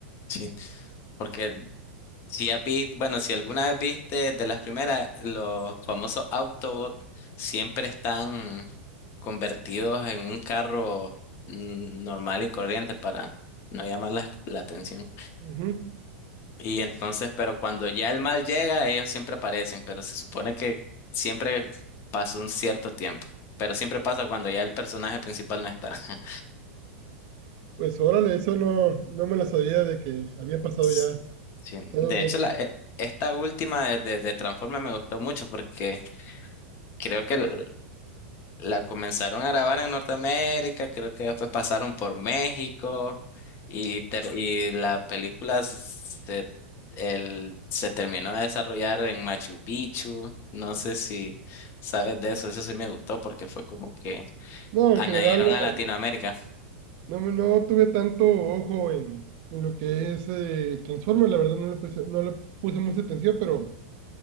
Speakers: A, on the left; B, on the right.
A: sí. Porque si has visto, bueno, si alguna vez viste de las primeras, los famosos Autobots siempre están convertidos en un carro mm, normal y corriente para no llamar la la atención.
B: Ujú.
A: Y entonces, pero cuando ya el mal llega, ellos siempre aparecen, pero se supone que siempre pasa un cierto tiempo, pero siempre pasa cuando ya el personaje principal no está. <laughs>
B: Pues órale, eso no, no me lo sabía de que había pasado
A: S-
B: ya
A: Sí,
B: tanto
A: De
B: tiempo.
A: hecho, la, e- esta última de, de, de Transformers me gustó mucho porque creo que l- La comenzaron a grabar en Norteamérica, creo que después pasaron por México y, ter- y la película se, el- se terminó de desarrollar en Machu Picchu. No sé si sabes de eso, eso sí me gustó porque fue como que
B: No, en
A: añadieron
B: general no,
A: a Latinoamérica.
B: no, me- no tuve tanto ojo en, en lo que es eh, Transformers, la verdad no le puse, no le puse mucha atención, pero